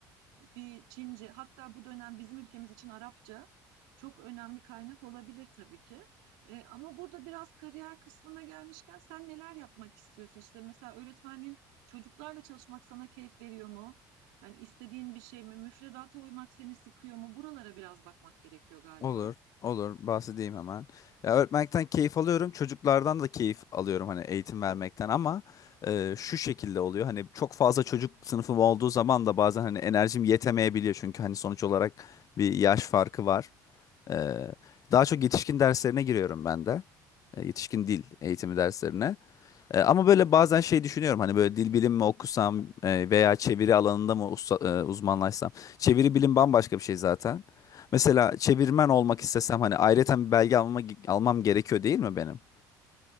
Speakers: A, on the right; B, on the left.
A: bir Çince hatta bu dönem bizim ülkemiz için Arapça çok önemli kaynak olabilir tabii ki. E, ama burada biraz kariyer kısmına gelmişken sen neler yapmak istiyorsun? İşte mesela öğretmenliğin çocuklarla çalışmak sana keyif veriyor mu? Yani istediğin bir şey mi? Müfredata uymak seni sıkıyor mu? Buralara biraz bakmak gerekiyor galiba.
B: Olur, olur. Bahsedeyim hemen. Ya öğretmekten keyif alıyorum. Çocuklardan da keyif alıyorum hani eğitim vermekten ama e, şu şekilde oluyor. Hani çok fazla çocuk sınıfım olduğu zaman da bazen hani enerjim yetemeyebiliyor. Çünkü hani sonuç olarak bir yaş farkı var. Ee, daha çok yetişkin derslerine giriyorum ben de. E, yetişkin dil eğitimi derslerine. E, ama böyle bazen şey düşünüyorum hani böyle dil bilimi mi okusam e, veya çeviri alanında mı usta- e, uzmanlaşsam. Çeviri bilim bambaşka bir şey zaten. Mesela çevirmen olmak istesem hani ayrıyeten bir belge almama, almam gerekiyor değil mi benim?